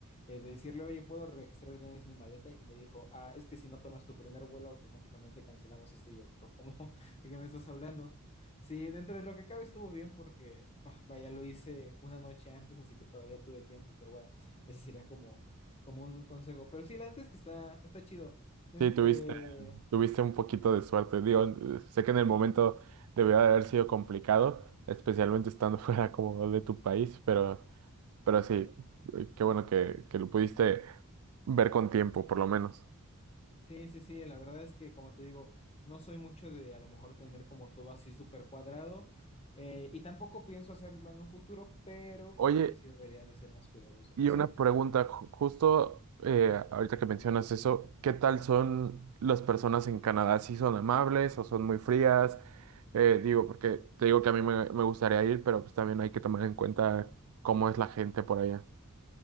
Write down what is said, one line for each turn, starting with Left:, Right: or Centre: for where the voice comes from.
Left: eh, de decirle, oye, ¿puedo registrar de una vez mi maleta? Y me dijo, ah, es que si no tomas tu primer vuelo automáticamente cancelamos este Y yo. Pero ¿cómo? <laughs> ¿De qué me estás hablando? Sí, dentro de lo que cabe estuvo bien porque, ah, vaya, lo hice una noche antes, así que todavía tuve tiempo, pero bueno, ese sería como, como un consejo. Pero sí, la neta es que está, está chido. Ent-
Right: Sí, tuviste,
Left: eh,
Right: tuviste un poquito de suerte. Digo, eh, sé que en el momento debió de haber sido complicado, especialmente estando <laughs> fuera como de tu país, pero Pero sí, eh, qué bueno que, que lo pudiste ver con tiempo, por lo menos.
Left: sí, sí, sí, la verdad es que, como te digo, no soy mucho de a lo mejor tener como todo así súper cuadrado eh, y tampoco pienso hacerlo en un futuro, pero
Right: Oye,
Left: creo que sí debería de ser más cuidadoso,
Right: y
Left: ¿sí?
Right: una pregunta, ju- justo eh, ahorita que mencionas eso, ¿qué tal son las personas en Canadá? ¿Sí son amables o son muy frías? Eh, digo, porque te digo que a mí me, me gustaría ir, pero pues también hay que tomar en cuenta cómo es la gente por allá.